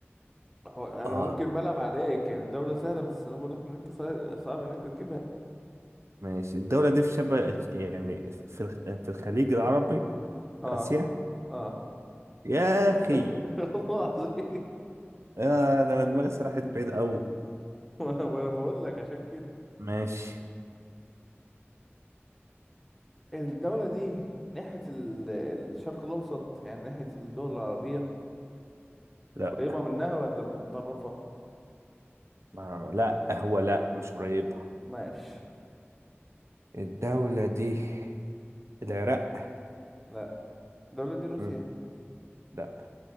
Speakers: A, in the centre; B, on the right.
A: هو انا
B: اه
A: ممكن بلعب عليك يعني دولة سهلة بس انا بقول لك ان انت صع- صعب ان انت تجيبها
B: ماشي الدولة دي في شبه يعني في الخ- في الخليج العربي
A: اه
B: في آسيا
A: اه
B: يا أخي
A: <laughs> والله العظيم
B: آه ده أنا دماغي سرحت بعيد أوي
A: <laughs> وانا وأنا بقول لك عشان كده
B: ماشي
A: الدولة دي ناحية ال- الشرق الاوسط يعني ناحية الدول العربية
B: لا
A: قريبة منها ولا بتطرفها
B: ما- لا هو لا مش قريب
A: ماشي
B: الدولة دي العراق
A: لا الدولة دي روسيا
B: مم. لا